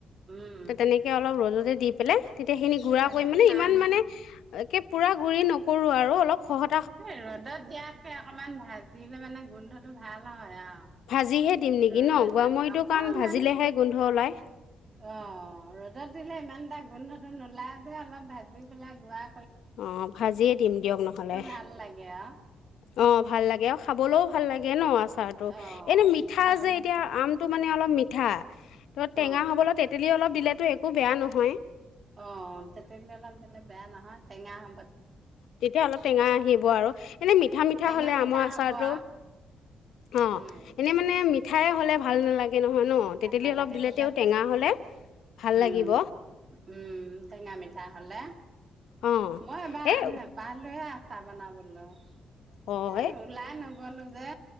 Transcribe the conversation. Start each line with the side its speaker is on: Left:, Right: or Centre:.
Right: উম
Left: ত তেনেকে অলপ ৰ'জতে, দি পেলাই, তেতিয়া খিনি ঘুৰা
Right: তেনেকে
Left: কৰি মানে
Right: খাই
Left: ইমান মানে,
Right: নি
Left: একে পুৰা গুৰি নকৰো আৰু অলপ সহজ
Right: ৰ'দত দিয়াকে অকমান ভাজিলে মানে গোন্ধটো, ভাল হয়। আৰু
Left: ভাজিহে দিম নেকি
Right: ৰ'দত
Left: ন গোৱামৰিটো
Right: দিয়াতকে অকমান
Left: কাৰণ ভাজিলেহে গোন্ধ ওলাই।
Right: অ ৰ'দত দিলে ইমান এটা গোন্ধটো নোলায় যে অলপ ভাজি পেলাই গোৱা
Left: অ' ভাজিয়ে দিম দিয়ক নহলে
Right: ভাল লাগে আও
Left: অ ভাল লাগে আৰু খাবলৈও ভাল লাগে ন! আ টো
Right: অ
Left: এনে মিঠা
Right: খাবলৈ
Left: যে এতিয়া আমটো মানে অলপ মিঠ ঠা ত টেঙা
Right: অ
Left: হ'বলৈ তেতেলি অলপ দিলে টো একো বেয়া নহয়।
Right: অ' তেতেলি অলপ দিললে বেয়া নহয় টেঙা হ
Left: তেতিয়া অলপ টেঙা আহিব আৰু এনে
Right: উম
Left: মিঠা মিঠা
Right: টেঙা
Left: হলে আমৰ আচাৰত
Right: হ'ব আও
Left: অ
Right: উম
Left: এনে মানে মিঠাই হলে, ভাল নালাগে। নহয় ন তেতেলী
Right: ভাল নালাগে,
Left: অলপ দিলে
Right: তেতিয়া
Left: তেওঁ টেঙা হ'লে ভাল লাগিব
Right: উম! উম! টেঙা মিঠা হলে
Left: অ
Right: মই এবাৰ
Left: এই
Right: আম ন পালোঁহে আচাৰ বনাবলৈ
Left: হয়
Right: এ ওলাই নগলো যে